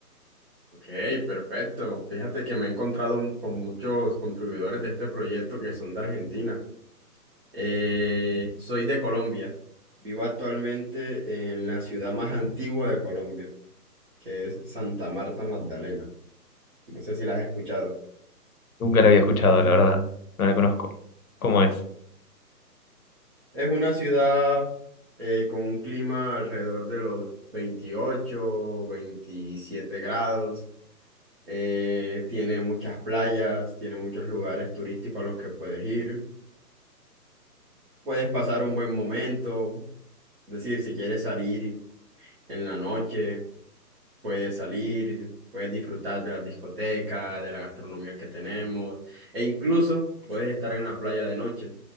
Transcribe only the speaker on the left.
Nunca la había escuchado, la verdad, no la conozco. ¿Cómo es?